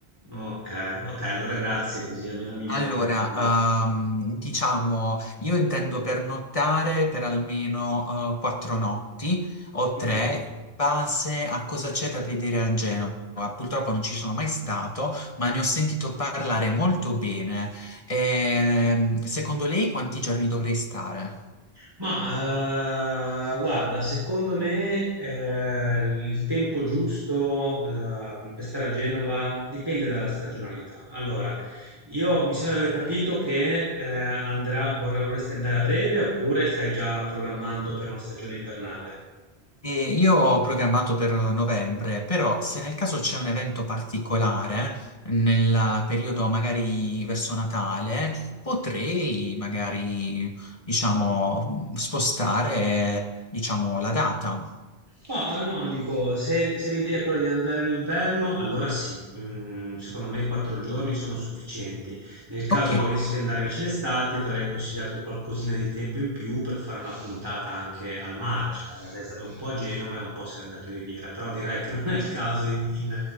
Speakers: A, on the right; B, on the left.
A: ok, ok, allora grazie, così almeno mi viene
B: Allora,
A: più comodo.
B: ehm, diciamo, io intendo pernottare per almeno eh, quattro notti o
A: Mm.
B: tre, in base a cosa c'è da vedere a Genova. Purtroppo non ci sono mai stato, ma ne ho sentito parlare molto bene. Ehm, secondo lei quanti giorni dovrei stare?
A: Ma eh, guarda, secondo me eh, il tempo giusto eh, per stare a Genova dipende dalla stagionalità. Allora, io mi sembra di aver capito che eh, andrà, vorrei- vorresti andare a breve oppure stai già programmando per una stagione invernale?
B: E io ho programmato per novembre, però se nel caso c'è un evento particolare, nel periodo magari verso Natale, potrei magari, diciamo, spostare, diciamo, la data.
A: Ma no, dico, se, se l'idea è quella di andare in inverno, allora sì, Mm, secondo me quattro giorni sono sufficienti. Nel caso
B: Ok,
A: volessi andare invece in estate, ti avrei consigliato qualcosina di tempo in più per fare una puntata anche al mare, cioè sei stato un po' a Genova e un po' sei andato in Riviera, però direi che non è il caso in, in-